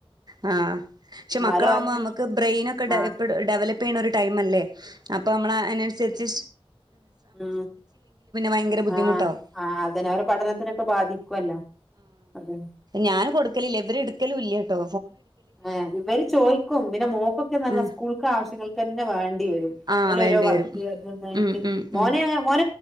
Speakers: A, on the right (about 45°); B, in the centre.
A: ആ പക്ഷെ
B: എന്നാലും
A: മക്കളാകുമ്പോ
B: ഓന്
A: നമുക്ക് ബ്രെയിൻ ഒക്കെ
B: ആഹ്
A: ഡെവലപ്പ് ചെയ്യണ ടൈമല്ലേ അപ്പോൾ നമ്മൾ അതിനനുസരിച്ച്
B: ഉ
A: ഭയങ്കര ബുദ്ധിമുട്ടാവും.
B: ആഹ ആ അതെ അവരെ പഠനത്തിനൊക്കെ ബാധിക്കുവല്ലോ അതെ
A: ഞാൻ കൊടുക്കലില്ല ഇവര് എടുക്കലും ഇല്ല കേട്ടോ
B: ആ ഇവര് ചോയ്ിക്കും പിന്നെ മോക്കൊക്കെന്നാൽ
A: ഉം
B: സ്കൂൾക്ക് ആവശ്യങ്ങൾക്ക് തന്നെ വേണ്ടി വരും
A: ആഹ് വേണ്ടി
B: വർക്ക്
A: വരും.
B: എനിക്ക്
A: ഉം ഉം
B: മോനെ
A: ഉം
B: മോന